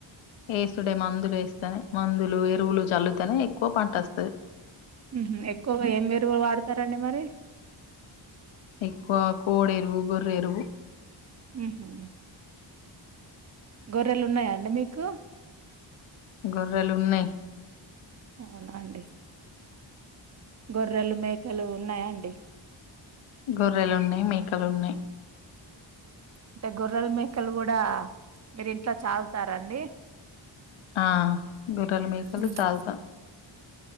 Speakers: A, on the left; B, on the right.
A: వేసుడే మందులు వేస్తనే మందులు ఎరువులు చల్లుతనే ఎక్కువ పంట వస్తది
B: ఉహు ఎక్కువగా ఏం విరుగు వాడతారండి మరి
A: ఎక్కువ కోడెఎరువు గొర్రెఎరువు
B: ఉహు గొర్రెలు ఉన్నాయాఅండి మీకు
A: గొర్రెలు ఉన్నాయి.
B: అవునఅండి. గొర్రెలు, మేకలు, ఉన్నాయ. అండి
A: గొర్రెలు ఉన్నాయి. మేకలు ఉన్నాయి.
B: అంటే గొర్రల మేకలు కూడా మీరు ఇంట్లో చాకుతారా అండి.
A: ఆ గొర్రెలు మేకలు
B: హుహు.
A: సాకుతాం.